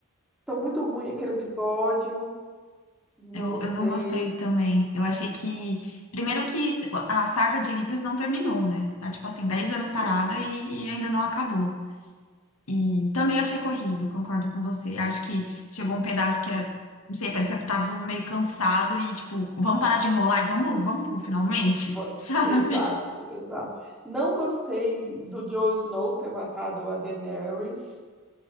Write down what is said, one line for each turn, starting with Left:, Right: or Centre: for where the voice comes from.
Centre: Tá muito ruim aquele episódio, não
Left: Eu,
Centre: gostei.
Left: eu não gostei também. Eu achei que. Primeiro que a saga de livros não terminou, né? Tá tipo assim, 10 anos parada
Centre: Sim,
Left: e, e ainda não acabou. E também achei corrido, concordo com você. Acho que chegou um pedaço que é. Não sei, parecia que eu tava meio cansado e tipo, vamos parar de enrolar e vamos, vamos pro finalmente,
Centre: bo-
Left: <laughs> sabe?
Centre: exato, exato. Não gostei do Jon Snow ter matado a Daenerys.